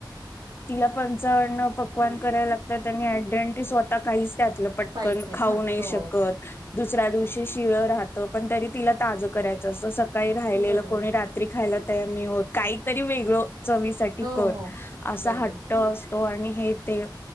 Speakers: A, on the left (about 30°); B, on the right (about 60°).
A: तिला पंचान्न पकवान करायला लागतात. आणि आयडंट्री ती स्वतः काहीच खा पटकन
B: काहीच
A: खाऊ
B: खात.
A: नाही
B: हो.
A: शकत. दुसऱ्या दिवशी शिळ राहत. पण तरी तीला ताज करायचं असतं. सकाळी राहिलेलं
B: बरोबर.
A: कोणी रात्री खायला तयार नाही होत. काहीतरी वेगळं चवीसाठी
B: हो,
A: कर.
B: हो.
A: आसा
B: बरोबर.
A: हट्ट अस तो आणि हे ते